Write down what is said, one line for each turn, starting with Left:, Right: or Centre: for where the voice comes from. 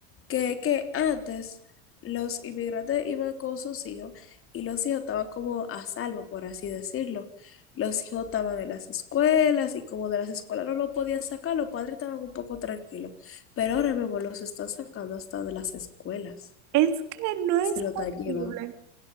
Left: que, que antes los inmigrantes iban con sus hijos y los hijos estaban como a salvo, por así decirlo. Los hijos estaban en las escuelas y como de las escuelas no lo podían sacar, los padres estaban un poco tranquilos. Pero ahora mismo los están sacando hasta de las escuelas
Right: Es que no es
Left: y se lo
Right: posible.
Left: están llevando.